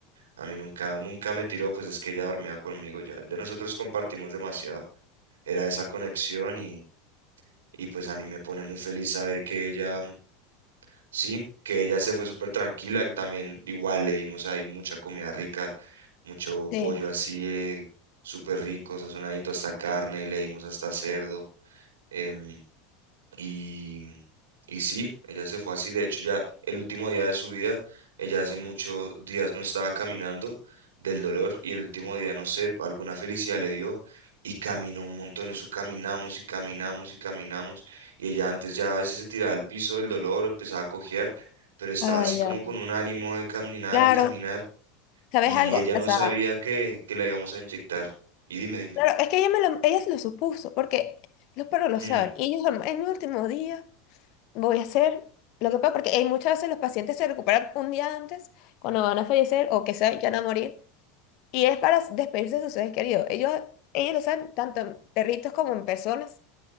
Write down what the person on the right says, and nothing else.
A mí nunca, nunca me tiró, pues es que ella dormía conmigo ya. Ya nosotros compartimos demasiado. Era esa conexión y, y pues a mí me pone muy feliz saber que ella, sí, que ella se fue súper tranquila, que también igual le dimos ahí mucha comida rica, mucho
pollo así, eh, súper rico, sazonadito hasta carne, le dimos hasta cerdo. em, y, y sí, ella se fue así. De hecho, ya el último día de su vida, ella hace muchos días no estaba caminando del dolor y el último día, no sé, alguna felicidad le dio y caminó un montón. Eso caminamos y caminamos y caminamos. Y ella antes ya a veces se tiraba al piso del dolor, empezaba a cojear, pero estaba
así
como con un ánimo de caminar
y caminar.
Y
ella no
sabía que, que la íbamos a inyectar. Y dime, dime.
Hmm,